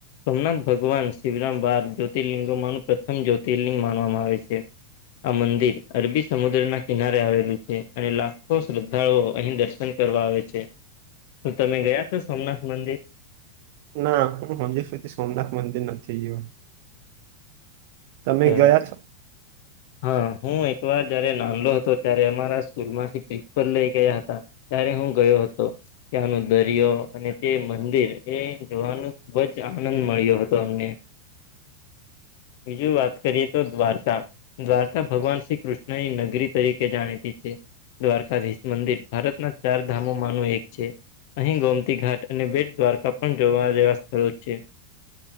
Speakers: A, on the left; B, on the right.
A: સોમનાથ ભગવાન શિવરામ બાર જ્યોતિર્લિંગોમાંનું પ્રથમ જ્યોતિર્લિંગ માનવામાં આવે છે. આ મંદિર અરબી સમુદ્ર ના કિનારે આવેલું છે અને લ. ો શ્રદ્ધાળુઓ અહીં દર્શન કરવા આવે છે તો તમે ગયા છો સોમનાથ મંદિર.
B: ના હ હજીુ સુધી સોમનાથ મંદિર નથી ગવા. તમે
A: હા
B: ગયા છો.
A: હા હું એકવાર જયારે નાનલો હતો ત્યારે અમારા સ્કૂલમાંથી પ્રિન્સિપલ લઈ ગયા હતા. ત્યારે હું ગયો હતો. ત્યાંનો દરિયો અને તે મંદિર એ જોવાનું ખુબ જ આનંદ મળ્યો હતો અમને. બીજું વાત કરીએ તો દ્વારકા. દ્વારકા ભગવાન શ્રી કૃષ્ણ એ નગરી તરીકે જાણીતી છે. દ્વારકાધીશ મંદિર ભારતના ચાર ધામોમાંનું એક છે. અહીં ગોમતી ઘાટ અને બેટ દ્વારકા પણ જોવા જેવા સ્થળો છે.